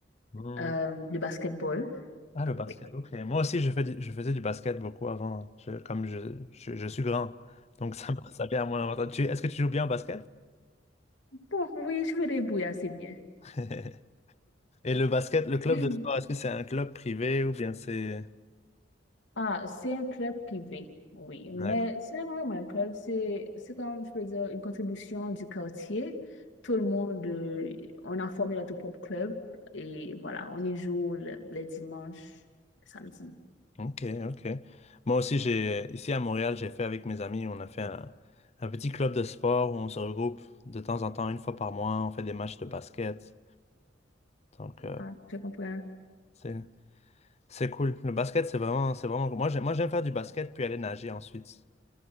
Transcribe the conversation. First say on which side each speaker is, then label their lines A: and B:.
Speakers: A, on the left; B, on the left.
A: Mhm.
B: euh, le basketball.
A: Ah, le
B: Donc,
A: basket,
B: oui.
A: ok. Moi aussi, je fais du- je faisais du basket beaucoup avant, Je- comme je, je, je suis grand. Donc, ça, <laughs> me- ça vient à mon avantage. Tu- Est-ce que tu joues bien au basket?
B: Bon, oui, je me débrouille assez bien. <clears throat>
A: <laughs> Et le basket, le club
B: Mhm.
A: de sport, est-ce que c'est un club privé ou bien c'est...
B: Ah, c'est un club privé, oui, mais
A: D'accord.
B: ce n'est pas vraiment un club, c'est, c'est comme, je peux dire, une contribution du quartier. Tout le monde, euh, on a formé notre propre club et voilà, on y joue le- les dimanches, les samedis.
A: Ok, ok. Moi aussi, j'ai, ici à Montréal, j'ai fait avec mes amis, on a fait un, un petit club de sport où on se regroupe de temps en temps, une fois par mois, on fait des matchs de basket. Donc, euh,
B: Ah, je comprends.
A: c'est, c'est cool. Le basket, c'est vraiment, c'est vraiment... Moi, j'aime, moi, j'aime faire du basket puis aller nager ensuite.